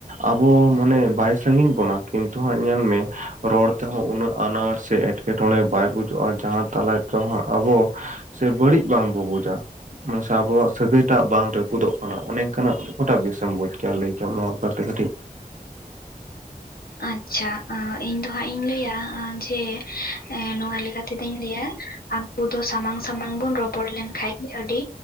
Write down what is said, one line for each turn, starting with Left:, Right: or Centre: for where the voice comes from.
Right: ᱟᱵᱚ ᱢᱟᱱᱮ ᱵᱟᱭ ᱥᱟᱺᱜᱤᱧ ᱵᱚᱱᱟ ᱠᱤᱱᱛᱩ ᱦᱟᱸᱜ ᱧᱮᱞ ᱢᱮ ᱨᱚᱲ ᱛᱮᱦᱚᱸ ᱩᱱᱟᱹᱜ ᱟᱱᱟᱴ ᱥᱮ ᱮᱴᱠᱮᱴᱚᱬᱮ ᱵᱟᱭ ᱵᱩᱡᱩᱜᱼᱟ ᱡᱟᱦᱟᱸ ᱛᱟᱞᱟᱭ ᱛᱟᱦᱟᱸᱜ ᱟᱵᱚ ᱥᱮ ᱵᱟᱹᱲᱤᱡ ᱵᱟᱝᱵᱚ ᱵᱩᱡᱟ᱾ ᱢᱟᱥᱮ ᱟᱵᱚᱣᱟᱜ ᱥᱟᱹᱜᱟᱹᱭ ᱴᱟᱜ ᱵᱟᱝ ᱨᱟᱹᱯᱩᱫᱚᱜ ᱠᱟᱱᱟ ᱚᱱᱮ ᱤᱱᱠᱟᱱᱟᱜ ᱚᱠᱟᱴᱟᱜ ᱵᱮᱥᱮᱢ ᱵᱩᱪ ᱠᱮᱭᱟ ᱞᱟᱹᱭ ᱠᱮᱟᱢ ᱱᱚᱣᱟ ᱵᱮᱯᱟᱨᱛᱮ ᱠᱟᱹᱴᱤᱡ
Left: ᱟᱪᱪᱷᱟ ᱟᱸ ᱤᱧ ᱫᱚ ᱦᱟᱸᱜ ᱤᱧ ᱞᱟᱹᱭᱟ ᱡᱮ ᱮᱸ ᱱᱚᱣᱟ ᱞᱮᱠᱟᱛ ᱛᱮᱫᱚᱧ ᱞᱮᱭᱟ ᱟᱵᱚ ᱫᱚ ᱥᱟᱢᱟᱝ ᱥᱟᱢᱟᱝ ᱵᱚᱱ ᱨᱚᱯᱚᱲ ᱞᱮᱱᱠᱷᱟᱡ ᱟᱹᱰᱤ